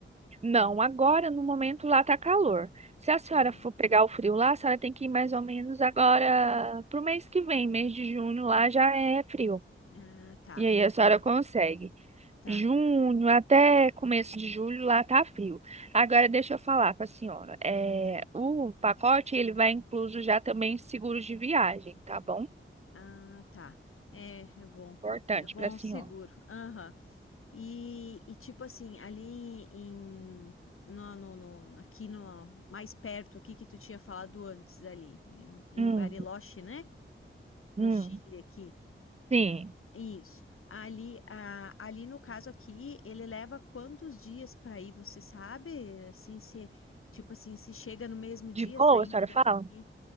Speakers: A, on the right; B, on the left.
A: Não, agora no momento lá tá calor. Se a senhora
B: Uhum.
A: for pegar o frio lá, a senhora tem que ir mais ou menos agora pro mês que vem, mês de junho lá já é frio.
B: Ah, tá,
A: E aí a senhora consegue.
B: tá.
A: Junho até começo de julho lá tá frio. Agora deixa eu falar para a senhora. É,
B: Sim.
A: o pacote ele vai incluso já também seguros de viagem, tá bom?
B: Ah, tá. É, é bom.
A: Importante
B: É bom,
A: para a senhora.
B: seguro. Aham. E, e, tipo assim, ali em no, no, no- aqui no mais perto aqui que tu tinha falado antes ali, em, em
A: Hum,
B: Bariloche, né?
A: hum,
B: No Chile aqui.
A: sim.
B: Isso. Ali, a- ali no caso aqui, ele leva quantos dias para ir, você sabe? Assim, se, tipo assim, se chega no mesmo dia
A: De boa,
B: saindo
A: a senhora
B: daqui.
A: fala?